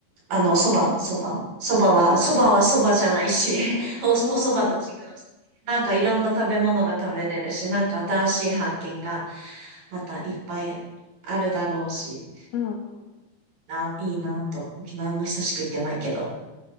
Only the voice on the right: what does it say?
あの、蕎麦蕎麦蕎麦は、蕎麦は蕎麦じゃないし、<laughs> お、お蕎麦と違うし。
なんかいろんな食べ物が食べれるし、なんか新しい発見がまたいっぱいあるだろうし、
な、いいなぁと、沖縄も久しく行ってないけど。